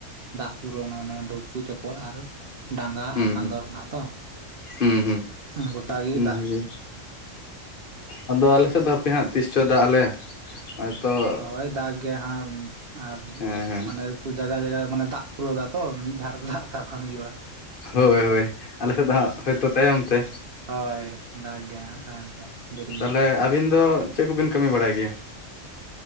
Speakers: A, on the right (about 55°); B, on the left (about 45°).
A: ᱫᱟᱜ ᱯᱩᱨᱟᱹᱣ ᱱᱟ ᱚᱱᱮ ᱰᱩᱯᱠᱩ ᱪᱚᱯᱚᱞ ᱟᱨᱼᱼ ᱰᱟᱸᱜᱟ
B: ᱦᱩᱸ
A: ᱟᱨ ᱠᱟᱸᱫᱚᱨ ᱨᱮᱱᱟᱜ ᱛᱚ
B: ᱦᱩᱸ ᱦᱩᱸ
A: ᱜᱚᱴᱟᱜᱮᱭ
B: ᱦᱩᱸ
A: ᱫᱟᱜ
B: ᱵᱷᱟᱜᱮ ᱟᱫᱚ ᱟᱞᱮ ᱥᱮᱫ ᱫᱚ ᱦᱟᱯᱮ ᱦᱟᱸᱜ ᱛᱤᱥ ᱪᱚᱭ ᱫᱟᱜ ᱟᱞᱮ ᱦᱚᱭᱛᱚ
A: ᱦᱚᱭ ᱫᱟᱜ ᱜᱮᱭᱟᱭ ᱦᱟᱸᱜ ᱟᱨ
B: ᱦᱮᱸ ᱦᱮᱸ
A: ᱚᱱᱮ ᱡᱟᱜᱟ ᱡᱟᱭᱜᱟ ᱢᱟᱱᱮ ᱫᱟᱜ ᱯᱩᱨᱟᱹᱣ ᱫᱟ ᱛᱚ, ᱢᱤᱫ ᱫᱷᱟᱣ ᱨᱮ ᱫᱟᱜ ᱞᱮᱠᱟ ᱵᱟᱝ ᱦᱩᱭᱩᱜᱼᱟ
B: ᱦᱚᱭ ᱦᱚᱭ ᱟᱞᱮ ᱥᱮᱫ ᱫᱚ ᱦᱟᱸᱜ ᱦᱚᱭᱛᱚ ᱛᱟᱭᱚᱢ ᱛᱮ
A: ᱦᱚᱭ ᱫᱟᱜ ᱜᱮᱭᱟᱭ ᱛᱟᱭᱚᱢ ᱛᱮ
B: ᱛᱟᱦᱚᱞᱮ
A: ᱧᱚᱜ
B: ᱟᱹᱵᱤᱱ ᱫᱚ ᱪᱮᱫ ᱠᱚᱵᱮᱱ ᱠᱟᱹᱢᱤ ᱵᱟᱲᱟᱭ ᱜᱮᱭᱟ?